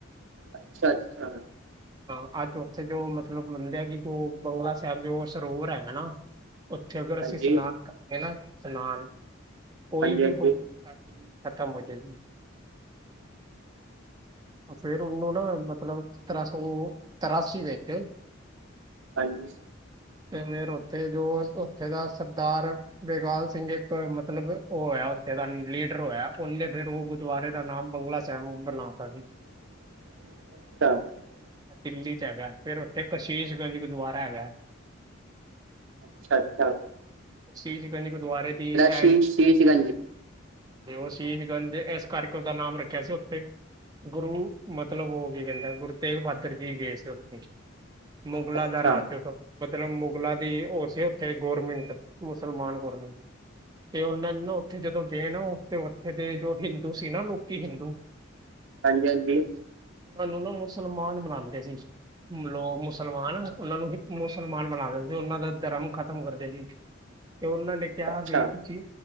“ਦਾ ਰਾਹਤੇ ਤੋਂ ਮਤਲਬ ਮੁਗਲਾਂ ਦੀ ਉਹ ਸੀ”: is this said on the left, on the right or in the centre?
Right